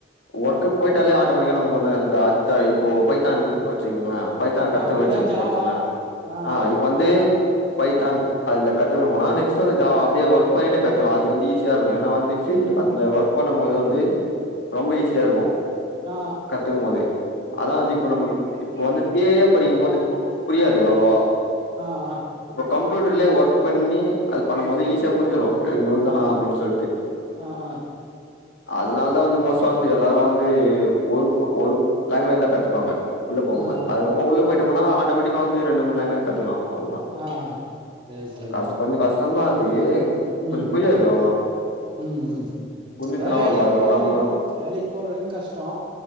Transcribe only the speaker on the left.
ஒர்க்கு போயிட்டாலே ஆட்டோமெட்டிக்கா நமக்கு வந்து அந்த <unintelligible> இப்போ பைத்தான் வெச்சுக்கங்ளே பைத்தான் கத்து
வெச்சிருக்க
வெச்சுங்கங்களே ஆ
இப்ப வந்து
பைத்தான்
அதுல கத்துக்கணும்னா நெக்ட்டு வந்து ஜாவா அடியே ஒர்க் பண்ணிட்டு கத்துக்கலா
அது வந்து ஈஸியா இரு ஏன்னா வந்து
ஃபீல்ட்
அந்த ஒர்க் பண்ணும் போது வந்து ரொம்ப ஈஸியா இருக்கு
கத்துக்கும் போது அதா
வந்து இப்ப நம்ம இப்ப வந்து தியரியா படிக்கும் போது புரியாது அவ்ளவா
இப்ப கம்ப்யூட்டர்லயே ஒர்க் பண்ணி அது பண்ணும் போது ஈஸியா புரிஞ்சிரு இது இவ்ளோதானா
அப்டின்னு சொல்ட்டு
அதனால தா வந்து மோஸ்டா வந்து எல்லாரு வந்து ஒரு ஒரு லாங்குவேஜ் தா கத்துப்பாங்க உள்ள போம்
போது அதுக்கப்றோ உள்ள போயிட்டோம்னா ஆட்டோமேட்டிக்காவே ரெண்டு மூணு லேங்குவேஜ் கத்துகலா அவ்ளோதா
கஷ்ட
கொஞ்சோ கஷ்டோதா அது கொஞ்ச
புரியாது அவ்ளோதா
புரிஞ்சுச்சுனா
அவ்ளோதா அதுக்கப்புறமா
நம்ம